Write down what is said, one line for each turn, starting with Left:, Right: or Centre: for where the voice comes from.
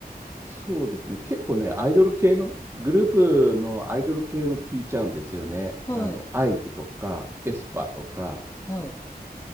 Right: そうですね。結構ね、アイドル系の、グループのアイドル系の聞いちゃうんですよね。
Left: はい、
Right: あの、IVE とか、エスパーとか、
Left: はい。